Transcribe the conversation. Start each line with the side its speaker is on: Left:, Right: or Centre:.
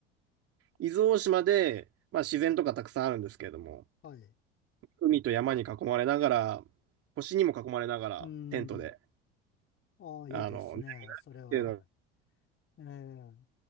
Right: 伊豆大島で、まあ自然とかたくさんあるんですけれども、
Left: はい。
Right: 海と山に囲まれながら、星にも囲まれながら、
Left: うん。
Right: テントで、
Left: ああ、
Right: あの、
Left: いいですね、
Right: ね、
Left: それは。
Right: っていうのは
Left: はいえー